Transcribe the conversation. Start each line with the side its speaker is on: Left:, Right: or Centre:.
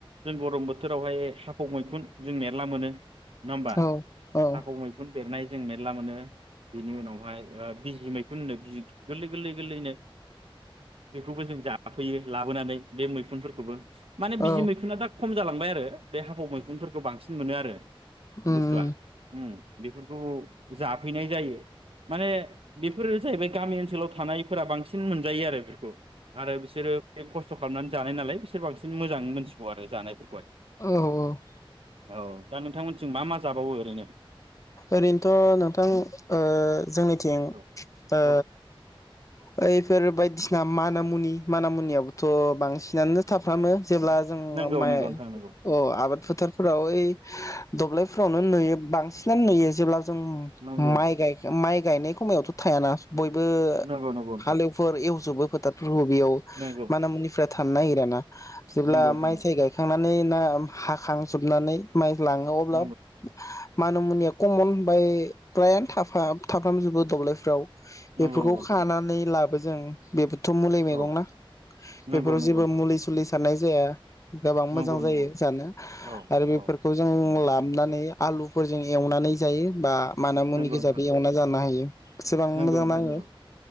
Right: जों गरम बोथोरावहाय हाफाआव मैखुन जों मेरला मोनो। नङा होमबा?
Left: औ औ
Right: हाफाव मैखुन। बेरनाय जों मेरला मोनो। बेनि उनावहाय बिजि मैखुन होनो बिजि गोरलै गोरलै गोरलैनो, बेखौबो जों जाफैयो लाबोनानै बे मैखुनफोरखौबो। माने
Left: औ
Right: बिजि मैखुनना दा खम जालांबाय आरो बे हाफाव मैखुनफोरखौ बांसिन मोनो आरो।
Left: उम
Right: बुस्थुआ उम बेफोरखौ जाफैनाय जायो माने बेफोरो जाहैबाय गामि ओनसोलाव थानायफोरा बांसिन मोनजायो आरो बेफोरखौ आरो बिसोरो बे खस्थ' खालामनानै जानाय नालाय बिसोर बांसिन मोजांङै मोनथिबावो आरो जानायफोरखौहाय।
Left: औ औ।
Right: औ दा नोंथांमोनथिं मा मा जाबावो ओरैनो?
Left: ओरैनोथ' नोंथां ओ जोंनि थिं
Right: औ
Left: ओ
Right: औ
Left: बैफोर बायदिसिना माना मुनि माना मुनियाबोथ' बांसिनानो थाफ्रामो। जेब्ला जों
Right: नंगौ
Left: माइ
Right: नंगौ नोंथां नंगौ
Left: अ‌ आबाद। फोथारफोराव ओइ दब्लायफोरावनो नुयो बां सिनानो नुयो जे जों
Right: नंगौ
Left: माइ गायखां माइ। गायनाय खमायावथ' थायाना। बयबो
Right: नंगौ नंगौ नोंथां
Left: हालेफोर एवजोबो। <inaudible> बियाव
Right: नंगौ
Left: माना मुनिफोरा थानो नागिराना जेब्ला
Right: नंगौ नंगौ नोंथां
Left: माइ साय गायखांनानै ना <unintelligible> हाखांजोबनानै माइ लाङो अब्ला
Right: नंगौ
Left: मान मुनिया कमन बाय फ्रायानो थाफा-थाफ्रामजोबो द'ब्लायफ्राव।
Right: नंगौ
Left: बेफोरखौ
Right: नोंथां
Left: खानानै ला जों बे बेथ' मुलि मैगं
Right: औ
Left: ना
Right: नंगौ
Left: बेफोराव
Right: नंगौ
Left: जेबो
Right: नोंथां
Left: मुलि सुलि साननाय जाया। गोबां मोजां
Right: नंगौ
Left: जायो
Right: नंगौ
Left: जानो
Right: औ
Left: आरो बेफोरखौ
Right: औ
Left: जों ला हमनानै आलु फोरजों एवनानै जायो बा माना मुनि
Right: नंगौ
Left: गोजाबो
Right: नोंथां
Left: एवना जानो हायो। एसेबां
Right: नंगौ
Left: मोजां
Right: नोंथां
Left: नाङो
Right: नंगौ